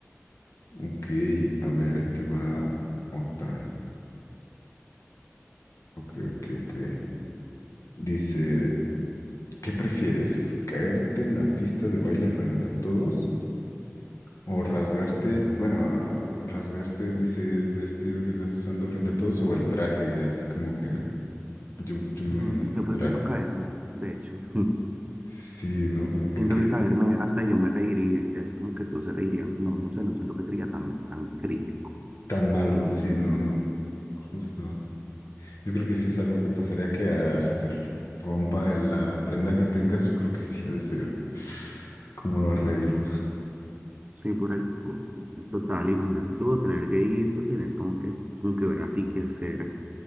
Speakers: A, on the left (about 80°); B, on the right (about 30°).
A: Ok, a ver, ahí te va otra. Ok, ok, ok. Dice, ¿qué prefieres? ¿Caerte en la pista de baile frente a todos? ¿O rasgarte? Bueno, rasgaste, dice el vestido que estás usando frente a todos o el traje, así como que Yo, yo me
B: Mm,
A: imagino el
B: Yo
A: traje.
B: prefiero caerme, de hecho. <laughs>
A: Sí, ¿no? Como que,
B: Siento
A: que
B: que caerme, hasta yo me reiría, y como que todos se reirían. No, no sé, no siento que sería tan, tan crítico.
A: tan malo. Sí, no, no. Justo. Yo creo que sí es algo que pasaría que ah, se te rompa la prenda que tengas. Yo creo que sí ha de ser. ¿Cómo lo arreglo?
B: Sí, por el por- total, imagínate tú tener que ir, tú tener como que, como que ver así qué hacer.